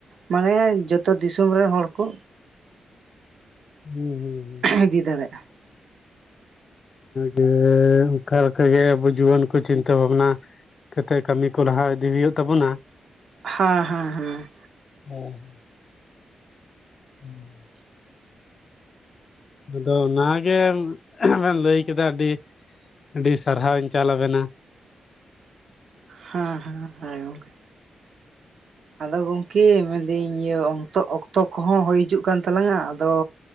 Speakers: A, on the right; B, on the left.
A: ᱢᱟᱱᱮ ᱡᱚᱛᱚ ᱫᱤᱥᱚᱢ ᱨᱮᱱ ᱦᱚᱲ ᱠᱚ
B: <inaudible> ᱦᱩᱸ
A: ᱟᱨ ᱤᱫᱤ ᱫᱟᱲᱮᱜᱼᱟ
B: ᱦᱮᱸ ᱚᱱᱠᱟ ᱜᱮ ᱟᱵᱚ ᱡᱩᱣᱟᱹᱱ ᱠᱚ ᱪᱤᱱᱛᱟᱹ ᱵᱷᱟᱵᱱᱟ ᱠᱟᱛᱮ ᱠᱟᱹᱢᱤ ᱠᱚ ᱞᱟᱦᱟ ᱤᱫᱤ ᱦᱩᱭᱩᱜ ᱛᱟᱵᱚᱱᱟ ᱾
A: ᱦᱟᱸ ᱦᱟᱸ ᱦᱮᱸ
B: ᱦᱮᱸ ᱦᱩᱸ ᱟᱫᱚ ᱚᱱᱟᱜᱮ ᱵᱮᱱ ᱞᱟᱹᱭ ᱠᱮᱫᱟ ᱟᱹᱰᱤ ᱟᱹᱰᱤ ᱥᱟᱨᱦᱟᱣᱤᱧ ᱪᱟᱞ ᱟᱵᱮᱱᱟ
A: ᱦᱮᱸ ᱦᱮᱸ ᱦᱮᱸ ᱜᱚᱝᱠᱮ ᱟᱫᱚ ᱜᱚᱢᱠᱮ ᱢᱮᱱᱫᱟᱹᱧ ᱤᱭᱟᱹ ᱚᱝᱠᱛᱚ ᱚᱠᱛᱚ ᱠᱚᱦᱚᱸ ᱦᱩᱭ ᱦᱤᱡᱩᱜ ᱠᱟᱱ ᱛᱟᱞᱟᱝᱟ ᱟᱫᱚ